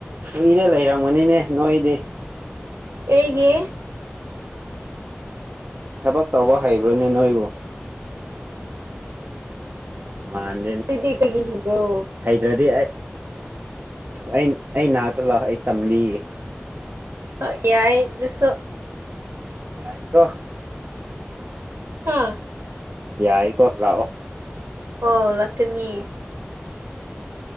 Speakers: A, on the right; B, on the right.
A: ꯐ꯭ꯔꯤꯗ ꯂꯩꯔꯝꯃꯅꯤꯅꯦ ꯅꯣꯏꯗꯤ
B: ꯀꯔꯤꯒꯤ
A: ꯊꯕꯛ ꯇꯧꯕ ꯍꯩꯕ꯭ꯔꯣꯅꯦ ꯅꯣꯏꯕꯣ ꯃꯥꯟ
B: ꯑꯩꯗꯤ ꯀꯩꯒꯤ <unintelligible>
A: ꯍꯩꯇ꯭ꯔꯗꯤ ꯑꯩ ꯑꯩ ꯑꯩ ꯅꯥꯛꯇ ꯂꯥꯛꯑꯣ ꯑꯩ ꯇꯝꯕꯤꯒꯦ
B: ꯍꯣꯏ ꯌꯥꯏ ꯑꯗꯨꯁꯨ
A: ꯌꯥꯏꯀꯣ
B: ꯍꯥꯥ
A: ꯌꯥꯏꯀꯣ ꯂꯥꯛꯑꯣ
B: ꯑꯣ ꯂꯥꯛꯀꯅꯤ
A: ꯎꯝ